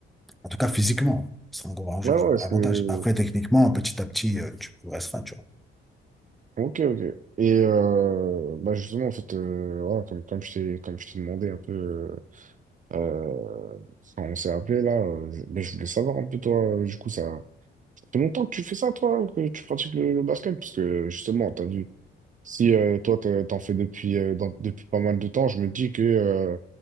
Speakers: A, in the centre; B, on the right.
A: En tout cas, physiquement, ce serait un gros
B: Ouais, ouais, je
A: avantage. Après, techniquement, petit à petit, euh, tu progresseras, tu vois.
B: Ok, ok. Et euh, bah justement, en fait, euh, voilà, comme, comme je t'ai, comme je t'ai demandé un peu. euh, Euh, enfin, on s'est appelé là. euh, je- mais je voulais savoir un peu toi, euh, du coup, ça, ça fait longtemps que tu fais ça, toi, que tu pratiques le, le basket, parce que justement, t'as vu, si euh, toi t'en t'en fais depuis, euh, dans- depuis pas mal de temps, je me dis que euh,